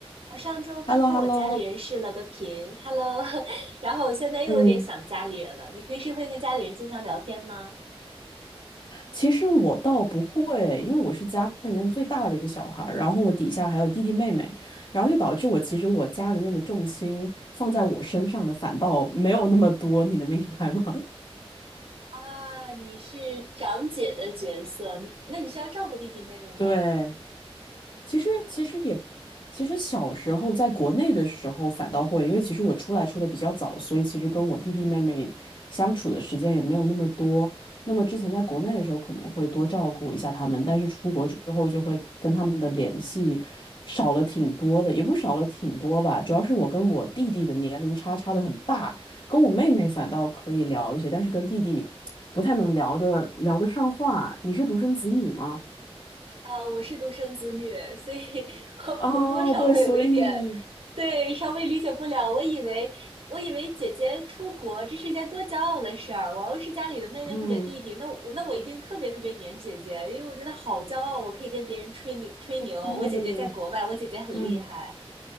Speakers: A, on the right (about 65°); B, on the left (about 50°).
A: 我上周刚和我家里人视了个频，Hello，
B: h e l l o h e l l o
A: <laughs> 然后我现在又有点想家里人了。
B: 嗯，
A: 你平时会跟家里人经常聊天吗？
B: 其实我倒不会，因为我是家里面最大的一个小孩儿然后我底下还有弟弟妹妹，然后就导致我其实我家里面的重心放在我身上的反倒没有那么多，你能明白吗？
A: 啊，你是长姐的角色，你那你是要照顾弟弟妹妹吗？
B: <laughs> 对，其实其实也，其实小时候在国内的时候反倒会，因为其实我出来出的比较早，所以其实跟我弟弟妹妹相处的时间也没有那么多。那么之前在国内的时候可能会多照顾一下他们，但是出国之后就会跟他们的联系少了挺多的，也不是少了挺多吧，主要是我跟我弟弟的年龄差差的很大，跟我妹妹反倒可以聊一些，但是跟弟弟不太能聊的聊得上话。你是独生子女吗？
A: 啊，我是独生子女，所以 <laughs> 我我多少会有一点，
B: 啊，对，所以。
A: 对，稍微理解不了。我以为我以为姐姐出国这是一件多骄傲的事儿，我要是家里的妹妹或者弟弟，
B: 嗯
A: 那我那我一定特别特别黏姐姐，因为我觉得好骄傲，我可以跟别人吹牛吹牛，
B: 嗯
A: 我姐姐在国外，我姐姐很厉害。
B: 嗯，